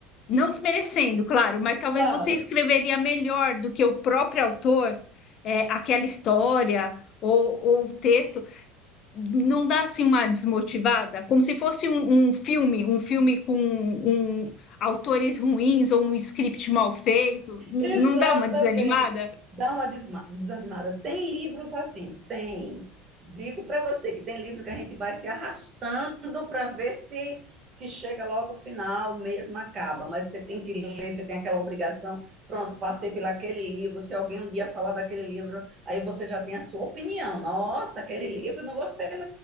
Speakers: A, on the left; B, on the right.
A: não desmerecendo, claro, mas talvez
B: claro.
A: você escreveria melhor do que o próprio autor, é, aquela história ou, ou o texto. Não dá assim uma desmotivada, como se fosse um, um filme, um filme com um, autores ruins ou um script mal feito. N-
B: Exatamente.
A: Não dá uma desanimada?
B: Dá uma desma- desanimada. Tem livros assim, tem. Digo para você que tem livro que a gente vai se arrastando para ver se se chega logo ao final, mesmo acaba, mas você tem que ler, você tem aquela obrigação. Pronto, passei por aquele livro. Se alguém um dia falar daquele livro, aí você já tem a sua opinião. Nossa, aquele livro, não gostei